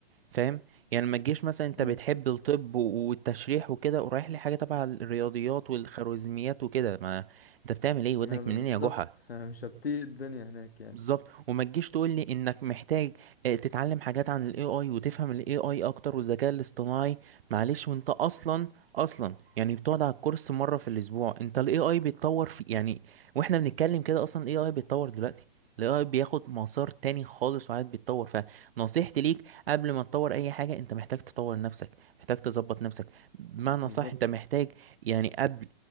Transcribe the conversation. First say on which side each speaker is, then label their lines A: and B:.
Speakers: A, on the right (about 70°); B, on the left (about 80°).
A: فاهم يعني ما تجيش مثلا انت
B: امم
A: بتحب الطب و- والتشريح وكده ورايح لي حاجة تبع الرياضيات والخوارزميات وكده ما انت بتعمل ايه ودنك
B: اه بالظبط
A: منين يا جحا
B: مش هتطيق الدنيا هناك يعني
A: بالظبط وما تجيش تقول لي انك محتاج آه، تتعلم حاجات عن الاي اي وتفهم الاي اي اكتر والذكاء الاصطناعي معلش وانت اصلا اصلا يعني بتقعد على الكورس مره في الاسبوع انت الاي اي بيتطور في يعني واحنا بنتكلم كده اصلا الاي اي بيتطور دلوقتي الاي اي بياخد مسار تاني خالص وقاعد بيتطور فنصيحتي ليك قبل ما تطور اي حاجه انت محتاج تطور نفسك محتاج تظبط نفسك بمعنى
B: بالظبط
A: صح انت محتاج يعني قبل